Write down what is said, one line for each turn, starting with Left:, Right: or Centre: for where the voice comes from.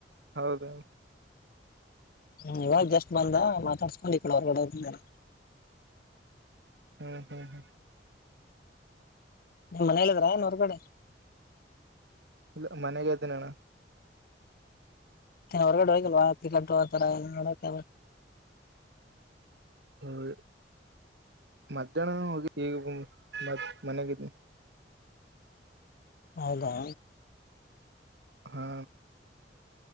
Right: ಹೌದೌದು
Left: ಹ್ಮ್ ಇವಾಗ ಜಸ್ಟ್ ಬಂದ ಮಾತಾಡ್ಸ್ಕೊಂಡು ಈಕಡೆ ಹೊರಗಡೆ ಹೋಗಿದಾನ್
Right: ಹ್ಮ್ ಹ್ಮ್ ಹ್ಮ್
Left: ನಿಮ್ ಮನೆಗಿದಿರಾ ಹೊರಗಡೆ?
Right: ಇಲ್ಲ ಮನ್ಯಾಗೆ ಇದ್ದೀನ್ ಅಣ್ಣಾ.
Left: ಏನ್ ಹೊರಗಡೆ ಹೋಗಿಲ್ವಾ <unintelligible> ನೋಡಕೇ
Right: ಹೋಗಿಲ್ಲ ಮಧ್ಯಾಹ್ನನ ಹೋಗಿ ಈಗ್ ಮ್ ಮನ್ಯಾಗಿದೀನಿ
Left: ಹೌದಾ
Right: ಹಾ